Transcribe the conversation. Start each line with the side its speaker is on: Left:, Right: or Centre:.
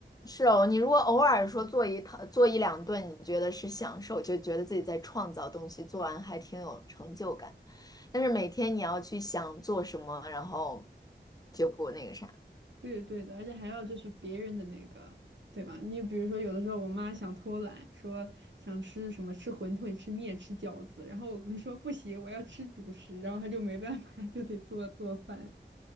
Left: 是哦，你如果偶尔说做一套做一两顿，你觉得是享受，就觉得自己在创造东西，做完还挺有成就感。但是每天你要去想做什么，然后就不那个啥。
Right: 对对的，而且还要就是别人的那个，对吧？你比如说，有的时候我妈想偷懒，说想吃什么，吃馄饨、吃面、吃饺子，然后我会说 <laughs> 不行，我要吃主食，然后她就没办法，<laughs> 就得做做饭。